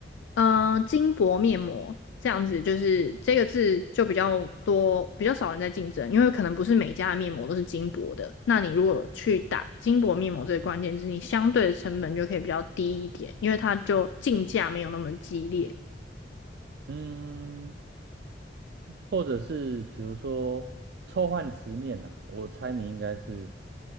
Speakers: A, on the left; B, on the right.
A: 呃金箔面膜这样子，就是这个字就比较多，比较少人在竞争，因为可能不是每家的面膜都是金箔的。那你如果去打金箔面膜这个关键字，你相对的成本就可以比较低一点，因为它就竞价没有那么激烈。
B: 嗯，或者是比如说臭换词面呐、我猜你应该是